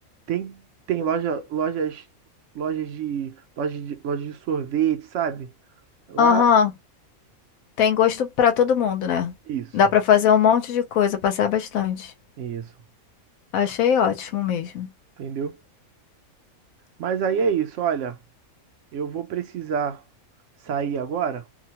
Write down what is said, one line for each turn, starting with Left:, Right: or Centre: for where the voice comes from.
Right: Tem, tem loja, lojas, lojas de, lojas de, lojas de sorvete, sabe? Lá,
Left: Aham, tem gosto pra todo mundo, né?
Right: isso,
Left: Dá pra fazer um monte de coisa, passar bastante.
Right: isso,
Left: Achei ótimo mesmo.
Right: entendeu? Mas aí é isso, olha, eu vou precisar sair agora,